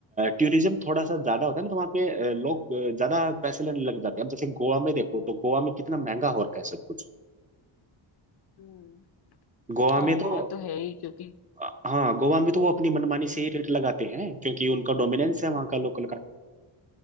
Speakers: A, on the right (about 15°); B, on the left (about 55°).
A: टूरिज्म थोड़ा सा ज्यादा होता है ना तो वहाँ पे अ, लोग अ, ज्यादा पैसे लेने लग जाते हैं अब जैसे गोवा में देखो तो गोवा में कितना महंगा हो रखा है सब कुछ
B: हम्म
A: गोवा
B: हाँ
A: में तो
B: वहां तो है ही क्योंकि
A: अ, हाँ गोवा में तो वो अपनी मनमानी से ही रेट लगाते हैं क्योंकि उनका डोमिनेंस है वहाँ का लोकल का